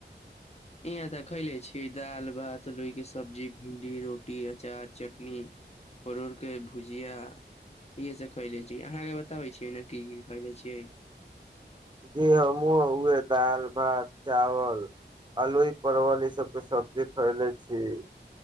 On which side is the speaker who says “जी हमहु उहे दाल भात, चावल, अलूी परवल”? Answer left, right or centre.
Right